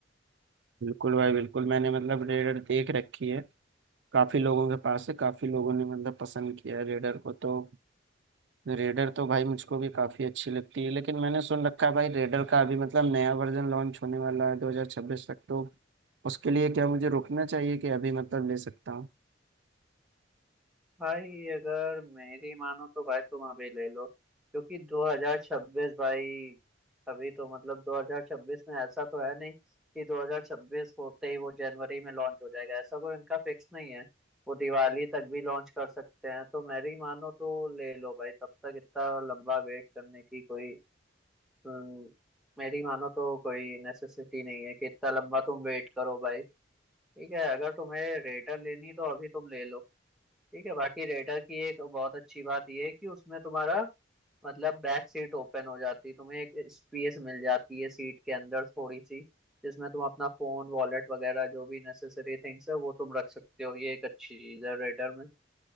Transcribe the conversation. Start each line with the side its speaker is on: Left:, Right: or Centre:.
Right: बिल्कुल भाई बिल्कुल मैंने मतलब रेडर देख रखी है काफी लोगों के पास है काफी लोगों ने मतलब पसंद किया है रेडर को तो रेडर तो भाई मुझको भी काफी अच्छी लगती है लेकिन मैंने सुन रखा है भाई रेडर का अभी मतलब नया वर्जन लॉन्च होने वाला है 2026 तक तो उसके लिए क्या मुझे रुकना चाहिए कि अभी मतलब ले सकता हूँ
Centre: भाई अगर मेरी मानो तो भाई तुम अभी ले लो क्योंकि 2026 भाई अभी तो मतलब 2026 में ऐसा तो है नहीं कि 2026 होते ही वो जनवरी में लॉन्च हो जाएगा ऐसा कोई इनका फिक्स नहीं है वो दिवाली तक भी लॉन्च कर सकते हैं तो मेरी मानो तो ले लो भाई तब तक इतना लंबा वेट करने की कोई अम, मेरी मानो तो कोई नेसेसिटी नहीं है कि इतना लंबा तुम वेट करो भाई ठीक है अगर तुम्हें रेटर लेनी तो अभी तुम ले लो ठीक है बाकी रेडर की एक बहुत अच्छी बात यह है कि उसमें तुम्हारा मतलब बैक सीट ओपन हो जाती है तुम्हें एक स्पेस मिल जाती है सीट के अंदर थोड़ी सी जिसमें तुम अपना फोन वॉलेट वगैरह जो भी नेसेसरी थिंग्स है वो तुम रख सकते हो ये एक अच्छी चीज है रेडर में